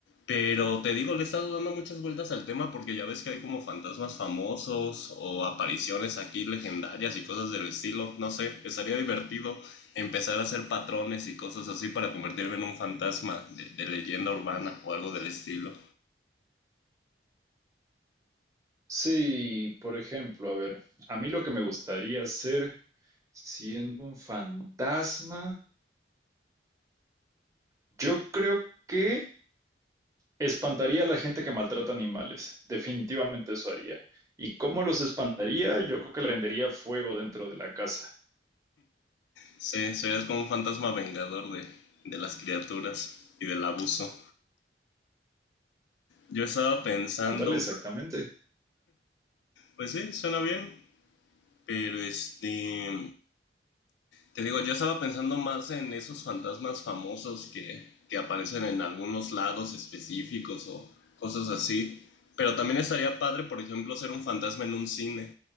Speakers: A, on the left; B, on the right.
A: Pero te digo, le he estado dando muchas vueltas al tema porque ya ves que hay como fantasmas famosos o apariciones aquí legendarias y cosas del estilo. No sé, estaría divertido empezar a hacer patrones y cosas así para convertirme en un fantasma de, de leyenda urbana o algo del estilo.
B: Sí, por ejemplo, a ver, a mí lo que me gustaría hacer siendo un fantasma, yo creo que espantaría a la gente que maltrata animales. Definitivamente eso haría. ¿Y cómo los espantaría? Yo creo que le rendería fuego dentro de la casa.
A: Sí, serías como un fantasma vengador de, de las criaturas y del abuso. Yo estaba pensando,
B: Ándale, exactamente.
A: pues sí, suena bien, pero este, Te digo, yo estaba pensando más en esos fantasmas famosos que, que aparecen en algunos lados específicos o cosas así. Pero también estaría padre, por ejemplo, ser un fantasma en un cine.